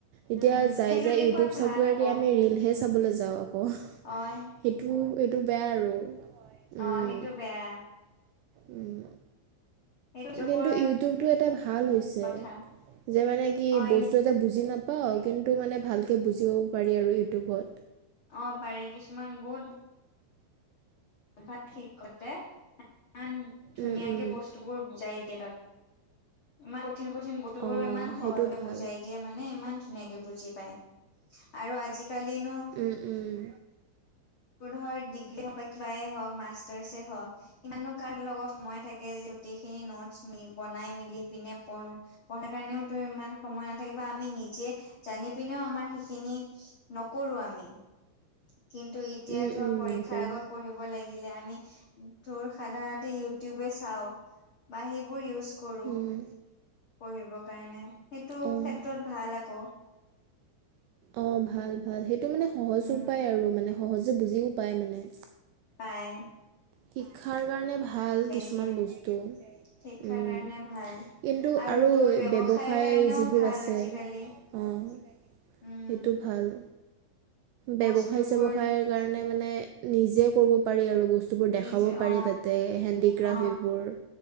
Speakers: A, on the right; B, on the left.
A: এতিয়া
B: উম,
A: যাই
B: সেইটো
A: যাই
B: দিশত
A: ইউটিউব চাবৰেদি
B: ভাল আকৌ
A: আমি ৰিলহে চাবলৈ যাওঁ আক।
B: অ',
A: সেইটো এইটো বেয়া আৰু, উম,
B: অঁ সেইটো বেয়া।
A: উম।
B: সেইটো ওপৰত
A: কিন্তু ইউটিউবটো এটা ভাল হৈছে,
B: কথা
A: যে মানে কি
B: অ',
A: বস্তু
B: ইউ
A: এটা বুজি নাপ পাওঁ কিন্তু মানে ভালকে বুজিব পাৰি আৰু ইউটিউবত।
B: অঁ পাৰি কিছুমান বহুত তাত শিকতে ইমান ধুনীয়াকে
A: উম, উম।
B: বস্তুবোৰ বুজাই দিয়ে তাত। ইমান কঠিন কঠিন বস্তুবোৰ
A: অ'
B: ইমান
A: সেইটো
B: সহজতে
A: ভাল।
B: বুজাই। দিয়ে মানে ইমান ধুনীয়াকে বুজি পায়, আৰু আজিকালিনো
A: উম, উম।
B: তোৰ ধৰ ডিগ্ৰী হওঁক বা কিবাই হওঁক মাষ্টাৰছে হওঁক ইমানো কাৰ লগত সময় থাকে যে গোটেইখিনি নটছ ম বনাই মেলি পিনে পঢ়। পঢ়াৰ কাৰণেওতো ইমান সময় নাথাকিব। আমি নিজে জানি পিনেও আমাৰ সেইখিনি নকৰো আমি, কিন্তু এতিয়া
A: উম,
B: ধৰ
A: উম,
B: পৰীক্ষাৰ
A: নকৰোঁ।
B: আগত পঢ়িম -- ব লাগিলে আমি তোৰ সাধাৰণতে ইউটোবয়ে চাও, বা সেইবোৰ ইউজ -- কৰোঁ,
A: উম।
B: পঢ়িবৰ কাৰণে সেইটো
A: অ'।
B: ক্ষেত্ৰত ভাল আক।
A: অ ভাল ভাল, সেইটো মানে সহজ
B: উম
A: উপায় আৰু মানে সহজে বুজিও পায় মানে।
B: পায়
A: শিক্ষাৰ কাৰণে ভাল কিছুমান
B: দিয়ে
A: বস্তু।
B: শিক্ষাৰ
A: উম
B: কাৰণে ভাল
A: কিন্তু আৰু
B: তোৰ ব্যৱসায়ৰ
A: ব্যৱসায়
B: কাৰণেও
A: যিবোৰ
B: ভাল
A: আছে
B: আজিকালি
A: অঁ
B: উম
A: সেইটো ভাল। ব্যৱসায়
B: বস্তুবোৰ
A: চেবসায়ৰ কাৰণে মানে নিজে কৰিব পাৰি আৰু বস্তু বস্তুবোৰ দেখাব
B: নিজে অ
A: পাৰি তাতে হেডিক্ৰাফ
B: অ
A: সেই বোৰ